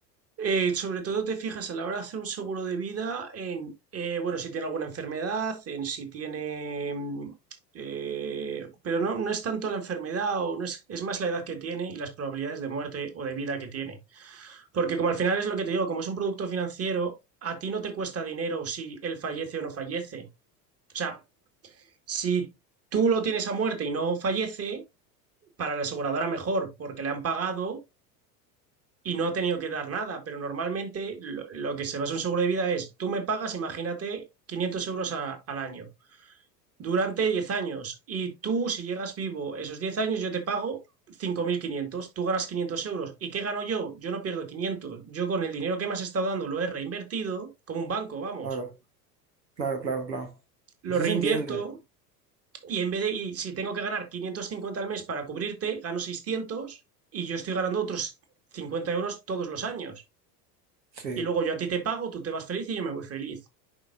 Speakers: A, on the right; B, on the right.
A: eh, sobre todo te fijas a la hora de hacer un seguro de vida en, eh, bueno, si tiene alguna enfermedad, en si tiene, mm, eh, pero no, no es tanto la enfermedad o no es, es más la edad que tiene y las probabilidades de muerte o de vida que tiene. Porque como al final es lo que te digo, como es un producto financiero, a ti no te cuesta dinero si él fallece o no fallece. O sea, Si tú lo tienes a muerte y no fallece, para la aseguradora mejor, porque le han pagado y no ha tenido que dar nada. Pero normalmente lo, lo que se basa en un seguro de vida es, tú me pagas, imagínate, 500 euros a- al año durante 10 años. Y tú, si llegas vivo esos 10 años, yo te pago cinco mil quinientos tú ganas 500 euros. ¿Y qué gano yo? Yo no pierdo quinientos Yo con el dinero que me has estado dando lo he reinvertido, como un banco, vamos.
B: Claro, claro, claro, claro.
A: Lo
B: Eso
A: reinvierto
B: se entiende.
A: Y en vez de, y si tengo que ganar 550 al mes para cubrirte, gano 600 y yo estoy ganando otros 50 euros todos los años.
B: Sí,
A: Y luego yo a ti te pago, tú te vas feliz y yo me voy feliz.